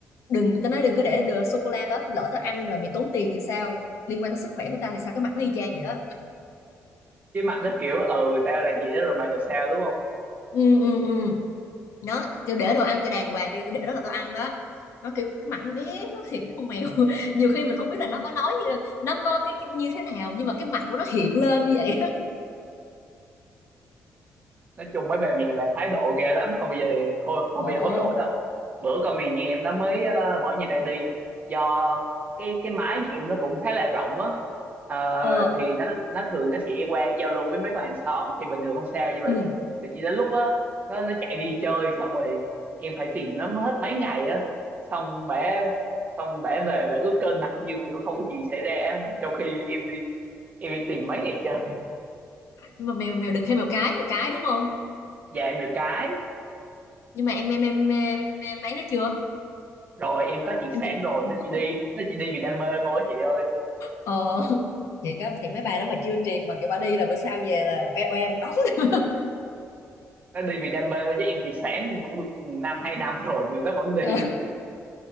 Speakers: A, on the left (about 65°); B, on the right (about 30°).
A: đừng tao nói đừng có để đồ sô cô la đó lỡ tao ăn rồi mày tốn tiền thì sao liên quan tới sức khỏe của tao thì sao cái mặt nó y chang vậy đó
B: Chứ mặt nó kiểu ừ tao làm gì đó rồi mày làm sao đúng không?
A: ừ ừ ừ nó kiểu để đồ ăn cho đàng hoàng đi chứ để đó là tao ăn đó nó kiểu cái mặt nó ghét nó thiệt nó con mèo <laughs> nhiều khi mình không biết là nó có nói nó có cái, cái như thế nào nhưng mà cái mặt của nó hiện lên như vậy đó
B: nói chung mấy bà mày là thái độ ghê lắm không bao giờ không, không
A: ồ
B: bao giờ hối lỗi đâu bữa con mèo nhà em nó mới ờ, bỏ nhà ra đi do cái cái mái nhà em nó cũng khá là rộng á Ờ,
A: ờ
B: thì nó nó thường nó sẽ qua giao lưu với mấy con hàng xóm thì bình thường không sao nhưng mà
A: ừ
B: tự nhiên đến lúc á nó nó chạy đi chơi xong rồi em phải tìm nó hết mấy ngày á xong bả xong bả về bả cứ kênh mặt như kiểu không có gì xảy ra á, trong khi em đi em đi tìm mấy ngày trời
A: nhưng mà mèo mèo đực hay mèo cái mèo cái đúng không
B: dạ mèo cái
A: nhưng mà em em em em, em ấy nó chưa
B: rồi em có triệt
A: em
B: sản
A: thì...
B: rồi
A: <laughs>
B: nó chỉ đi nó chỉ đi vì đam mê thôi chị ơi
A: ờ thì cấp thì mấy bài đó mà chưa triệt mà kiểu bà đi là bữa sau về là oe oe một đống <laughs>
B: nó đi vì đam mê thôi chứ em triệt sản cũng được năm hai năm rồi mà nó vẫn đi
A: Ờ,